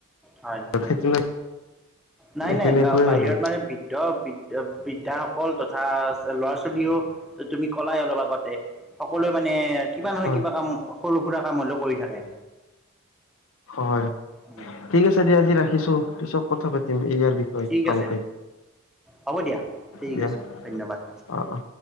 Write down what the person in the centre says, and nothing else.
হয়
নাই নাইা
বাহিৰত
মানে বৃদ্ধৃ বৃদ্ধাাসকল তথা ল'ৰা ছোৱালীও ত তুমি কলাই অলপ আগটে সকলোৱে মানে কিবা নহয়
কিবা কাম সৰু সুৰা কাম হলেও কৰি থাকে
উম,
ঠিক
আছে হ'ব দিয়া ঠিক
আছে ধন্যবাদ